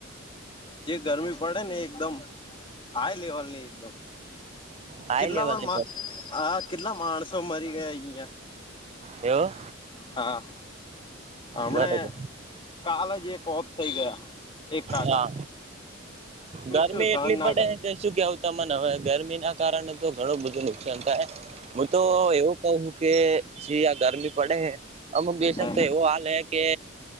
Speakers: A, on the left; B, on the right.
A: જે ગરમી પડે ને એકદમ હાઈ લેવલ ની એકદમ.
B: હાઈ
A: કેટલા
B: લેવલે
A: પણ
B: પડે
A: હા કેટલા માણસો મરી ગયા અહિયાં.
B: એવ.
A: હા. હમણે
B: બરોબર
A: કાલ જ એક ઓફ થઇ ગયા એક કાકા.
B: હા ગરમી
A: શું સહન
B: એટલી
A: ના
B: પડે
A: કરે
B: કે શું કેવું તમને હવે ગરમી ના કારણે તો ઘણું બધું નું શાન થાય. હું તો એવું કહું કે જી આ ગરમી પડે હૈ અમુક દેશક
A: હા
B: તો એવો હાલ હૈ કે